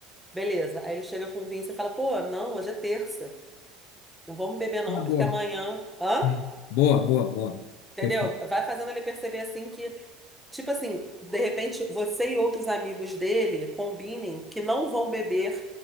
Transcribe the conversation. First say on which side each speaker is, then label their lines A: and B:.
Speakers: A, in the centre; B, on the left.
A: Beleza. Aí ele chega com o vinho e você fala, pô, não, hoje é terça. Não vamos beber não,
B: Ah, boa.
A: porque amanhã... Hã?
B: Uhum. Boa, boa, boa.
A: Entendeu?
B: Perfeito.
A: Vai fazendo ele perceber assim que, tipo assim, de repente você e outros amigos dele combinem que não vão beber